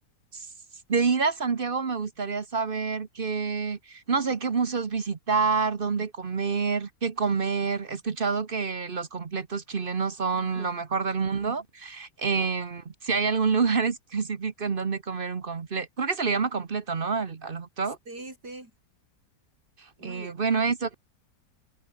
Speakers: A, on the right; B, on the right.
A: s- de ir a Santiago me gustaría saber qué, no sé, qué museos visitar, dónde comer, qué comer. He escuchado que los completos chilenos son
B: <laughs>
A: lo mejor del mundo. Em, si hay algún lugar <laughs> específico en donde comer un completo, creo que se le llama completo, ¿no? Al, al hot dog.
B: Sí, sí, muy
A: Eh,
B: bien.
A: bueno, eso,